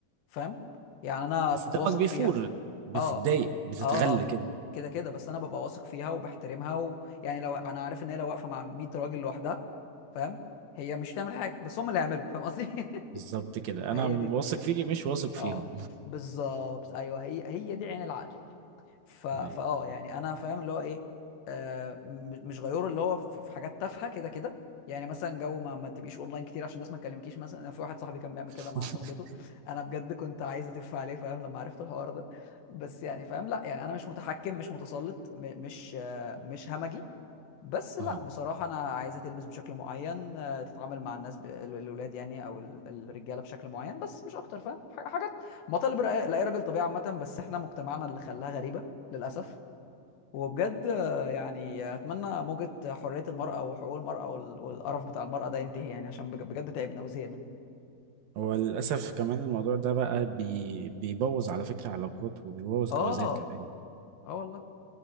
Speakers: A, on the left; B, on the right.
A: فاهم يعني انا
B: بس دمك
A: واثق
B: بيفور
A: فيها
B: بتتضايق
A: اه
B: بتتغل
A: اه اه
B: كده
A: كده كده بس انا ببقى واثق فيها وبحترمها ويعني لو انا عارف ان هي لو واقفه مع 100 راجل لوحدها فاهم هي مش تعمل حاجه بس هم اللي هيعملوا فاهم قصدي <laughs>
B: بالظبط كده
A: فهي
B: انا واثق
A: دي ال-
B: فيكي مش واثق فيهم
A: اه بالظبط ايوه هي هي دي عين العقل ف... فاه
B: أيوة.
A: يعني انا فاهم اللي هو ايه آه م- مش غيور اللي هو في في حاجات تافهه كده كده يعني مثلا جو ما, ما تبقيش اونلاين كتير عشان الناس ما تكلمكيش مثلا انا في واحد صاحبي كان بيعمل كده
B: <laughs>
A: مع صاحبته انا بجد كنت عايز اتف عليه فاهم لما عرفت الحوار ده بس يعني فاهم لا يعني انا مش متحكم مش متسلط م... مش آه مش همجي بس لا
B: اه
A: بصراحه انا عايزه تلبس بشكل معين آه تتعامل مع الناس ب... ال- الولاد يعني او ال- الرجاله بشكل معين بس مش اكتر فاهم ح- حاجات مطالب لأي لأي راجل طبيعي عامه بس احنا مجتمعنا اللي خلاها غريبه للأسف وبجد آه، يعني أتمنى موجة حرية المرأة وحقوق المرأة وال- والقرف بتاع المرأة ده ينتهي يعني عشان بج- بجد تعبنا وزهقنا
B: هو للاسف كمان الموضوع ده بقى بي بيبوظ على فكره علاقات وبيبوظ
A: اه
B: جوازات كمان
A: اه والله